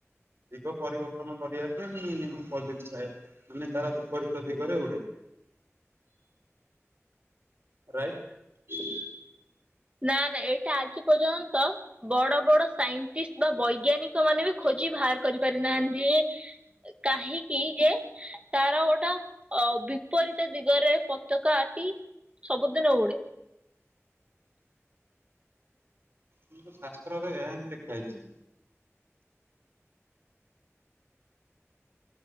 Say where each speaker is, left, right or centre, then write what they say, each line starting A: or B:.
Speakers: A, on the right; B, on the right.
A: ଦିଗ ପରିବର୍ତ୍ତନ କରିବା ପାଇଁ ଅପୋଜିଟ ଥାଏ ମାନେ ତାର ବିପରୀତ ଦିଗରେ ଉଡେ। <inaudible> ରାଇଟ।
B: ନା ନା ଏଇଟା ଆଜି ପର୍ଯ୍ୟନ୍ତ ବଡ ବଡ ସାଇଣ୍ଟିଷ୍ଟ ବା ବୈଜ୍ଞାନିକ୍ ସେମାନେ ବି ଖୋଜି ଭାର କରି ପାରି ନାହାନ୍ ନ୍ତି କାହିଁକି ଯେ ତାର ଗୋଟ ଆଉ ବିପରୀତ ଦିଗରେ ପତକା ଆଟି ସବୁଦିନ ଉଡେ।
A: କିନ୍ତୁ ଶାସ୍ତ୍ରରେ ଏହା ହିଁ ଲେଖା ହେଇଚି।